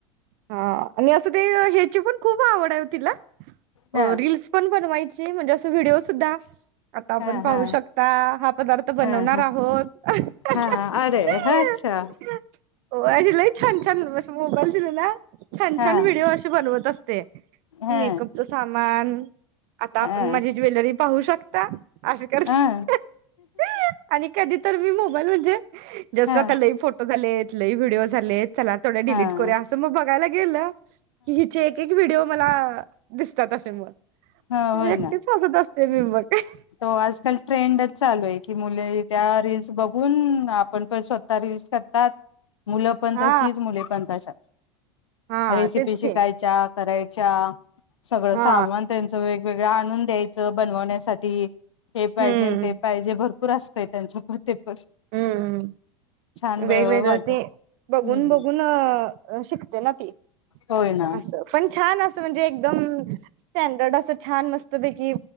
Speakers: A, on the right; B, on the left.
A: हा आणि असं ते ह्याची पण खूप आवड आय ओ तिला अ
B: हा
A: रील्स पण बनव वायची म्हणजे अस व्हिडिओ सुद्धा आपण
B: हा
A: पाहू
B: हा
A: शकता हा पदार्थ बनवणार
B: हा हा
A: आहोत, ह्ह्ह्हअ
B: हा अरे हा अच्छा
A: ओ अशी लई छान छान वस मोबाईल दिलेला छान
B: हा
A: छान व्हिडिओ अशे बनवत असते,
B: हा
A: मेकअपच सामान आता आपण
B: हा हा
A: माझी ज्वेलरी पाहू शकता अशे करते
B: हा
A: ह ह ही आणि कधी तर मी मुग <unintelligible> जसं
B: हा
A: आता लई फोटो झालेत लय व्हिडिओ झालेत चला थोडे
B: हा
A: डिलीट करुया असं मग बघयला गेलं? हिचे एक एक व्हिडीओ मला दिसतात असे म
B: हा होय
A: एकटीच
B: ना
A: हसत अस <unintelligible>
B: तो आजकाल ट्रेंडच चालू आहे की मुली त्या रिल्स बघून आपण पण स्वतः रिल्स करतात मुलं पण
A: हा
B: तशीच मुली पण तश्याच
A: हा
B: रेसिपी
A: तेच
B: शिकायच्या
A: की
B: करायच्या सगळं
A: हा
B: सामान त्यांचं वेग सगळं आणून द्यायचं बनवण्यासाठी ते हे पाहिजे
A: हम्म
B: आणि ते पाहिजे भरपूर भरपूर असतंय त्यांचं पण
A: हम्म हम्म
B: छान
A: वेगवेगळं
B: वाटत
A: ते बघून
B: हम्म
A: बघून शिकते ना ती.
B: होय ना
A: असं पण छान अस म्हणजे एकदम स्टँडर्ड असं छान मस्त पैकी